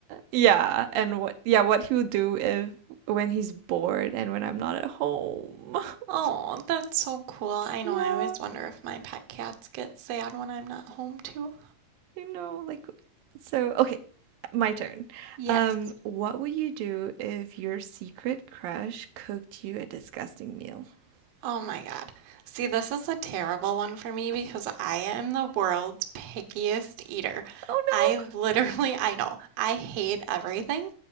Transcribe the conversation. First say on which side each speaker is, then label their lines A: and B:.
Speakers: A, on the right; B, on the right.
A: Yeah, and what yeah, what he will do if when he's bored and when I'm not at home. <laughs>
B: oh, that's so cool. I
A: Yeah,
B: know I always wonder if my pet cats get sad when I'm not home too.
A: you know, like so okay, my turn.
B: Yes,
A: Um, what would you do if your secret crush cooked you a disgusting meal? <laughs>
B: Oh my God. See, this is a terrible one for me because I am the world's pickiest eater.
A: Oh
B: I literally, <laughs> I know, I hate everything.